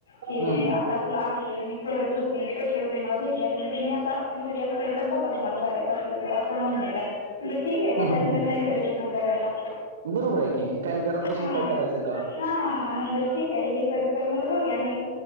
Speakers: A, on the left (about 65°); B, on the right (about 60°).
A: ते
B: हम्म
A: असं असं आहे. मी करत होती. पैसे वगैरे मला भेटलेल्या नंतर मी आता.. घरी असता तर बघा तुम्हाला करायचं असलं तर असं म्हणल्यात त्या
B: हम्म
A: म्हणल ठीक आहे काय
B: हम्म.
A: हरकत नाही घरी बसून करायला.
B: बरोबर आहे कि काय घरात बसून
A: हां
B: काय करायच तवा.
A: हां म्हणलं ठीक आहे हे कर कर म्हणल बघूया आणि